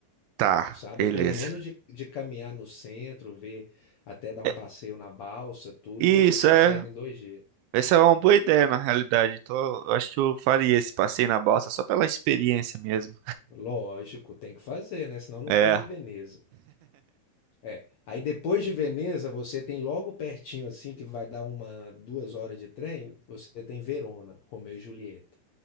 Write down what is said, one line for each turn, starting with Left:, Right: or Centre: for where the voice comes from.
Right: Tá,
Left: sabe?
Right: beleza.
Left: Pelo menos de, de caminhar no centro, ver, até dar um
Right: É,
Left: passeio na balsa, tudo
Right: Isso
Left: você consegue
Right: é,
Left: em dois dias.
Right: essa é uma boa ideia, na realidade. Então, eu acho que eu faria esse passeio na balsa só pela experiência mesmo.
Left: Lógico, tem que fazer, né? Senão não
Right: É.
Left: teve em Veneza. É. Aí depois de Veneza, você tem logo pertinho, assim, que vai dar uma, duas horas de trem, você tem Verona, Romeu e Julieta,